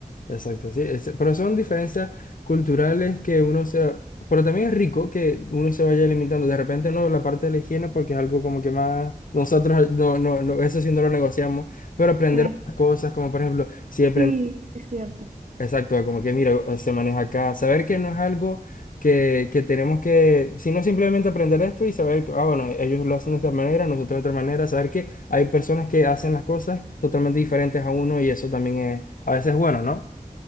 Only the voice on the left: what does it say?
exacto, sí, es- pero son diferencias culturales que uno se... Pero también es rico que uno se vaya limitando. De repente no la parte de la higiene porque es algo como que más... Nosotros no, no, no, eso sí no lo negociamos, pero aprender
otras cosas, como por ejemplo, si aprendemos
Exacto, como que mira, eh, se maneja acá. Saber que no es algo que, que tenemos que, sino simplemente aprender esto y saber que, ah, bueno, ellos lo hacen de esta manera, nosotros de otra manera. Saber que hay personas que hacen las cosas totalmente diferentes a uno y eso también es, a veces bueno, ¿no?